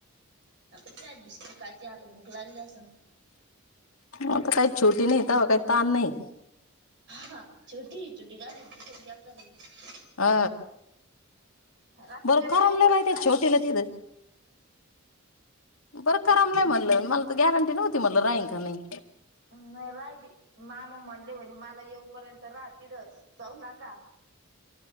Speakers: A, on the right (about 55°); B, on the left (about 75°).
A: आ बिस्किट कायची आता भूक लागली आसन
B: आता काही छोटी नाही तवा काही ताण नाही
A: हां छोटी छोटी <unintelligible>
B: आ
A: रात्री
B: बर
A: काय
B: करमल
A: टाईप बोलत
B: नाय त्या
A: चालू
B: छोटीला
A: होता
B: तिथं बरं करमलय म्हटलं मला तर गॅरंटी नव्हती म्हटल राहीन का नाही?
A: ना नाही राहिली मामा म्हणले म्हणे मला येऊपर्यंत राहा तिथच जाऊ नका